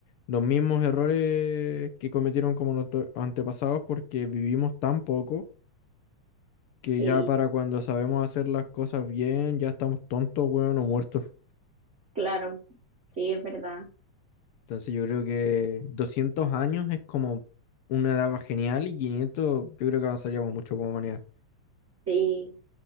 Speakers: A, on the left; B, on the right.
A: los mismos errores que cometieron como nuestros antepasados porque vivimos tan poco que
B: Sí,
A: ya para cuando sabemos hacer las cosas bien ya estamos tontos, weón, o muertos.
B: claro. Sí, es verdad.
A: Entonces yo creo que 200 años es como una edad genial y 500 yo creo que avanzaríamos mucho como humanidad.
B: Sí,